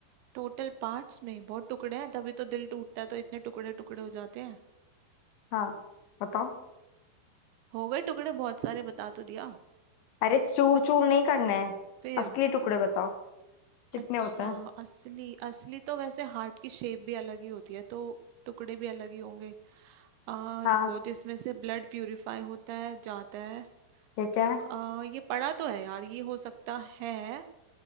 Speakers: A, on the right; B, on the left.
A: टोटल पार्ट्स में बहुत टुकड़े हैं तभी तो दिल टूटता है तो इतने टुकड़े टुकड़े हो जाते हैं
B: हाँ बताओ
A: हो गए टुकड़े बहुत सारे बता तो दिया
B: अरे चूर चूर नहीं करना है
A: फिर
B: असली टुकड़े बताओ कितने
A: अच्छा
B: होते हैं
A: असली असली तो वैसे हार्ट की शेप भी अलग ही होती है तो टुकड़े भी अलग ही होंगे आ
B: हाँ
A: रुको जिसमें से ब्लड प्यूरिफाई होता है जाता है
B: ठीक है
A: आ ये पड़ा तो है यार ये हो सकता है